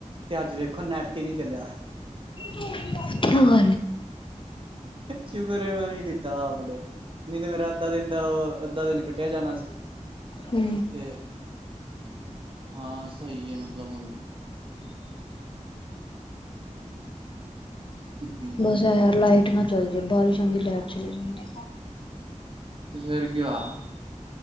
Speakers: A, on the right; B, on the left.
A: ਤੇ ਅੱਜ ਦੇੇਖੋ ਨੈਟ ਈ ਨਈ ਚੱਲਿਆ।
B: <unintelligible>
A: ਸ਼ੁਕਰ ਏ ਮੈਂ ਨੀ ਲਿੱਤਾ ਆਫ ਡੇ ਨੀ ਤੇ ਮੇਰਾ ਅੱਧਾ ਦਿਨ ਦਾ ਅ ਅੱਧਾ ਦਿਨ ਕੱਟਿਆ ਜਾਨਾ ਸੀ।
B: ਹੂੰ।
A: ਤੇ ਹਾਂ ਸਹੀ ਐ ਮਤਲਬ ਹੁਣ ਹਮ
B: ਬਸ ਐ ਆਂ ਲਾਈਟ ਨਾ ਚੱਲ ਜੇ ਬਾਰਿਸ਼ ਆਂਦੀ ਲੈਟ ਚਲੀ ਜਾਂਦੀ।
A: ਤੇ ਫੇਰ ਕੀ ਹੋਇਆ